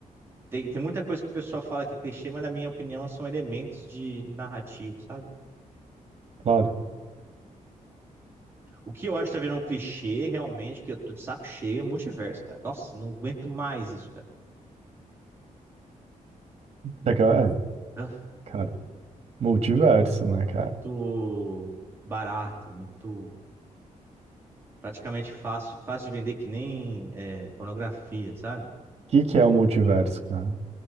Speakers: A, on the right; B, on the right.
A: Tem, tem muita coisa que o pessoal fala que é clichê, mas na minha opinião são elementos de narrativo, sabe?
B: Claro.
A: O que eu acho que tá virando um clichê realmente, que eu tô de saco cheio, é multiverso, cara. Nossa, não aguento mais isso, cara.
B: É que, é,
A: Ah,
B: cara, multiverso, né, cara?
A: Muito
B: O
A: barato, muito praticamente fácil, fácil de vender que nem é, pornografia, sabe?
B: que que é o multiverso, cara?